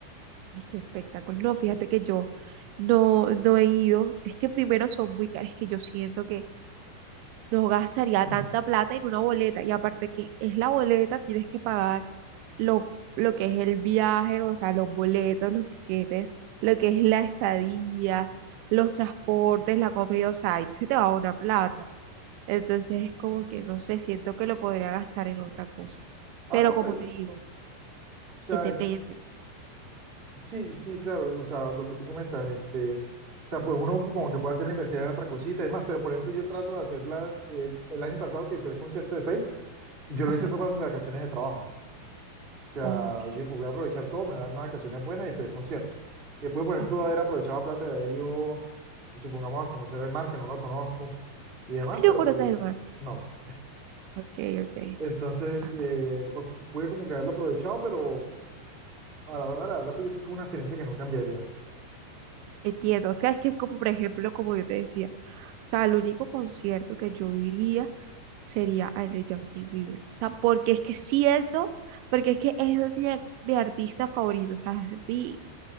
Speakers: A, on the right; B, on the right.
A: Ay, qué espectáculo. No, fíjate que yo no, no he ido. Es que primero son muy caros, es que yo siento que no gastaría
B: Ujú.
A: tanta plata en una boleta. Y aparte que es la boleta, tienes que pagar lo, lo que es el viaje, o sea, los boletos, los tiquetes, lo que es la estadía, los transportes, la comida, o sea, ahí se te va una plata. Entonces es como que, no sé, siento que lo podría gastar en otra cosa.
B: Ah,
A: Pero
B: no,
A: como
B: pues, o
A: te digo,
B: sea,
A: eh, depende.
B: sí, sí, claro, o sea, lo que tú comentas, este, o sea, pues uno como que puede hacer la inversión en otra cosita y demás, pero por ejemplo, yo trato de hacerla, el, el año pasado que fui al concierto de Fate, yo lo
A: Ajá.
B: hice fue para mis vacaciones de trabajo. O sea,
A: Ok,
B: yo dije, pues voy a aprovechar todo, me dan unas vacaciones buenas y fui al concierto. Y después, por
A: ok.
B: ejemplo, haber aprovechado la plata de haber ido, supongamos, a conocer el mar, que no lo conozco y demás,
A: Ah, no
B: pero
A: conoces
B: pues,
A: el mar.
B: no.
A: Ok, ok.
B: Entonces,
A: Ah.
B: eh, pues pude como que haberlo aprovechado, pero a la hora de la verdad, pues yo creo que es una experiencia que no cambiaría.
A: Entiendo, o sea, es que como por ejemplo, como yo te decía, o sea, el único concierto que yo iría sería el de Justin Bieber, o sea, porque es que siento, porque es que es mi, ar- mi artista favorito, o sea, es mi,